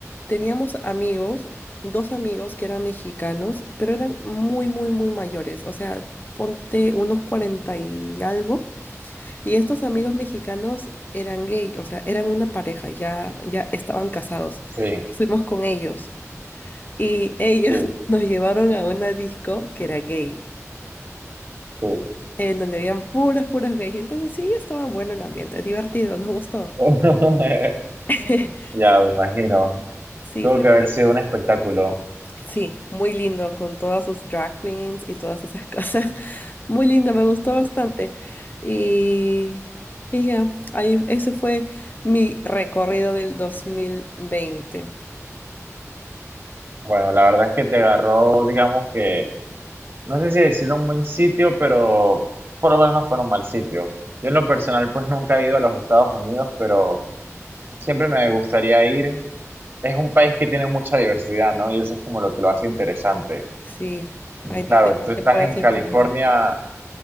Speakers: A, on the left; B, on the right.
A: teníamos amigos, dos amigos que eran mexicanos, pero eran muy, muy, muy mayores, o sea, ponte unos cuarenta y algo. Y estos amigos mexicanos eran gay, o sea, eran una pareja, ya, ya estaban casados.
B: Sí,
A: Fuimos con ellos y ellos
B: sí,
A: <laughs> nos llevaron a una disco que era gay,
B: sí.
A: en donde habían puras, puras gays. Entonces sí, estaba bueno el ambiente, divertido, nos gustó.
B: <laughs>
A: <laughs>
B: Ya, me imagino.
A: Sí,
B: Tuvo
A: fue
B: que haber
A: bien.
B: sido un espectáculo.
A: Sí, muy lindo, con todas sus drag queens y todas esas cosas. <laughs> Muy lindo, me gustó bastante. Y, y ya, ahí, ese fue mi recorrido del 2020.
B: Bueno, la verdad es que te agarró, digamos que, no sé si decir un buen sitio, pero por lo menos no fue en un mal sitio. Yo en lo personal pues nunca he ido a los Estados Unidos, pero siempre me gustaría ir. Es un país que tiene mucha diversidad, ¿no? Y eso es como lo que lo hace interesante.
A: Sí,
B: Y
A: ay
B: Claro,
A: Dios mío,
B: tú estás
A: que se puede
B: en
A: hacer
B: California,
A: pronto.